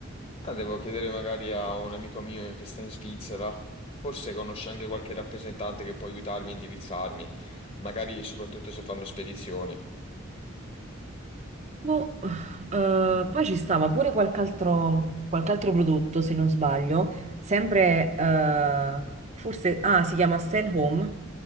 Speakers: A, on the left (about 30°); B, on the right (about 35°).
A: Ah, devo chiedere magari a un amico mio che sta in Svizzera. Forse conosce anche qualche rappresentante che può aiutarmi a indirizzarmi, magari soprattutto se fanno spedizioni.
B: Boh, eh,
A: Mm.
B: poi ci stava pure qualche altro, qualche altro prodotto, se non sbaglio, sempre, eh, forse, ah, si chiama Stan Home,